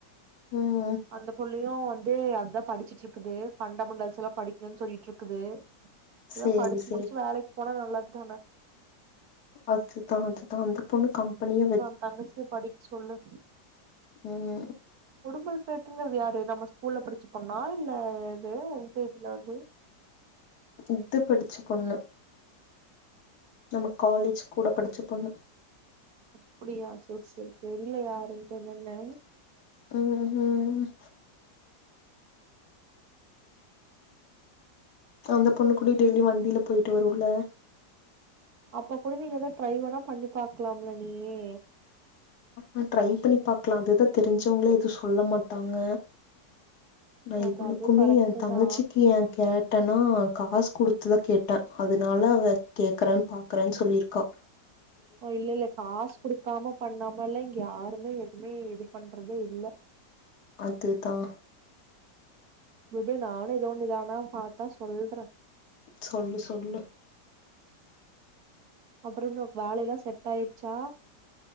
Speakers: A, on the left; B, on the right.
A: ம்
B: அந்த புள்ளையு வந் து அத்தா படிச்சிட்ருக்குது ஃபண்டமெண்டல்ஸல்லா படிக்கணுன் சொல்லிட்ருக்குது எதா
A: சேரி
B: படிச்சு
A: சேரி
B: முடிச்சு வேலைக் போனா நல்லதுதான
A: அதுதா அதுதா அந்த பொண்ணு கம்பெனியே
B: <unintelligible> <unintelligible> படிக் சொல் ஆ
A: உம்
B: உடுமல் பேட்ள யாரு நம்ம ஸ்கூல்ல படிச்ச பொண்ணா இல்ல எது எந்த இதுல வந்து
A: இது படிச்சு பொண்ணு நம்ம காலேஜ் கூட படிச்ச பொண்ணு
B: அப்டியா சேரி சேரி தெரில யாருன்ட்டு என்னன்னு
A: உம் ஹ்ம் அந்த பொண்ணுக்கூடி டெய்லி வண்டில போய்ட்டு வருல
B: அப்ப கூட நீங்க எதா ட்ரை வேணா பண்ணி பாக்கலாம்ல நீயு
A: ஆஹ் ட்ரை பண்ணி பாக்லா அதுதா தெரிஞ்சவங்களே எதுவு சொல்ல மாட்டாங்க நா
B: அது
A: இவ்ளுக்குமே
B: அதுவு கரெக்ட்
A: என் தங்கச்சிக்கு
B: தா
A: என் கேட் ட்டன்னா காசு குடுத்துதா கேட்ட அதுனால அவ கேக்குறன் பாக்குறன் சொல்லிருக்கா
B: ஒ இல்ல இல்ல காசு குடுக்காம பண்ணா மல்லாம் இங்க யாருமே எதுமே இது பண்றதே இல்ல
A: அதுதா
B: விடு நானு எதோன்னு இதானா பாத்தா சொல்ற
A: சொல்லு சொல்லு
B: அப்பறோ என்னோ வேலைலா செட் ஆயிர்ச்சா